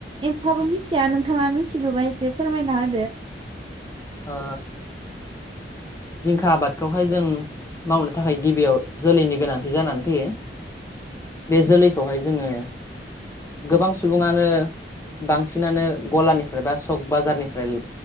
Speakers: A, on the right; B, on the left.
A: एसेबो मिथिया नोंथाङा मिथिगौबा एसे फोरमायना हो।
B: ओ जिंखा आबादखौहाय जों मावनो थाखाय गिबियाव जोलैनि गोनांथि जानानै फैयो। बे जोलैखौहाय जोङो गोबां सुबुङानो बांसिनानो गलानिफ्राय बा सक बाजारनिफ्राय